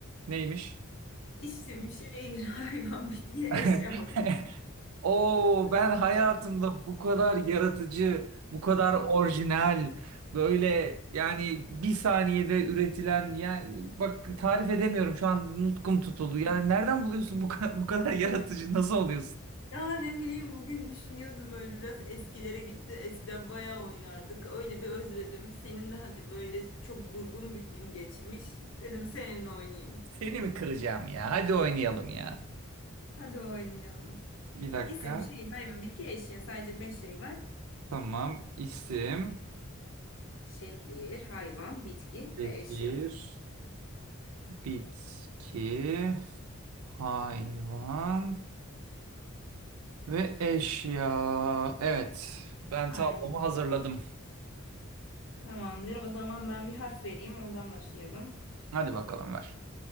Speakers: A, on the right; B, on the left.
A: Neymiş?
B: İsim, şehir, <laughs> hayvan, bitki, eşya.
A: <laughs>
B: <laughs>
A: Oo ben hayatımda bu kadar yaratıcı, bu kadar orijinal, böyle yani bir saniyede üretilen yani bak tarif edemiyorum şu an nutkum tutuldu. Yani nereden buluyorsun bu kadar, bu kadar yaratıcı nasıl oluyorsun?
B: Ya ne bileyim bugün düşünüyordum öyle biraz eskilere gitti. Eskiden bayağı oynardık. Öyle bir özledim. Senin de hadi böyle çok durgun bir gün geçmiş. Dedim seninle oynayayım.
A: Seni mi kıracağım ya? Hadi oynayalım ya.
B: Hadi oynayalım.
A: Bir dakika.
B: İsim, şehir, hayvan, bitki, eşya. Sadece beş şey var.
A: Tamam. İsim,
B: Şehir, hayvan, bitki ve
A: şehir,
B: eşya.
A: bitki, hayvan ve eşya. Evet, ben
B: Aynen.
A: tablomu hazırladım.
B: Tamamdır. O zaman ben bir harf vereyim. Ondan başlayalım.
A: Hadi bakalım ver.